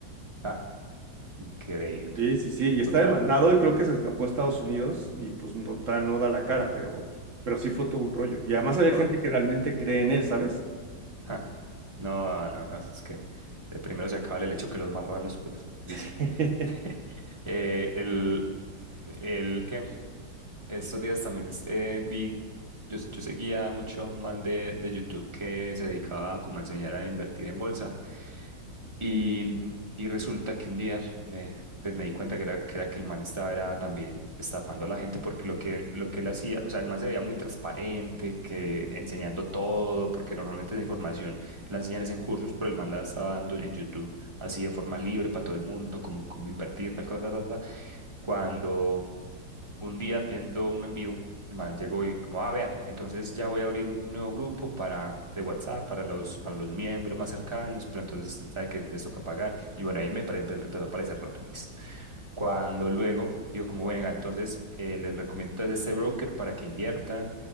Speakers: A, on the right; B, on the right.
A: ja, increíble.
B: Sí, sí, sí, y
A: Otra,
B: está demandado y creo que se escapó a Estados Unidos y pues no, da- no da la cara, pero, pero sí fue todo un rollo. Y además había
A: o-
B: gente que realmente cree en él, ¿sabes?
A: ja, no, no, no, es que de primero se acaba el hecho que los marranos, pues, dicen.
B: <laughs>
A: <laughs> Eh, el, el que estos días también es- eh, vi, yo, yo seguía mucho a un man de, de YouTube que se dedicaba como a enseñar a invertir en bolsa Y, y resulta que un día me, pues me di cuenta que era, que era que el man estaba era también estafando a la gente porque lo que, lo que él hacía, o sea, el man se veía muy transparente, que enseñando todo, porque normalmente esa información la enseñan es en cursos, pero el man la estaba dando en YouTube así de forma libre para todo el mundo, cómo, cómo invertir, tal cosa, tal, tal, Cuando un día viendo uno en vivo, el man llegó y como, ah, vea, entonces ya voy a abrir un un nuevo grupo para, de WhatsApp para los, para los miembros más cercanos, pero entonces sabe que les toca pagar. Y bueno, ahí me pare- empe- empezó a parecer raro, listo. Cuando luego digo, como, venga, entonces eh, les recomiendo entonces este broker para que inviertan,